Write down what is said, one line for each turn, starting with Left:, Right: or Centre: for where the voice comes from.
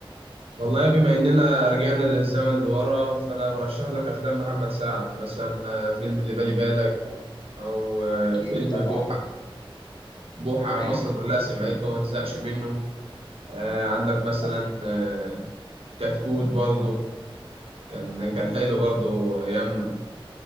Right: والله بما إننا رجعنا للزمن لورا فأنا برشح لك أفلام محمد سعد مثلا آه، فيلم اللي بالي بالك
Left: اه
Right: أو آه،
Left: اكيد
Right: فيلم
Left: طبعا
Right: بوحة بوحة
Left: تمام
Right: مصر كلها سمعته وما تزهقش منه آه، عندك مثلا
Left: صح
Right: آه، كتكوت برضه كان كان حلو برضه أيام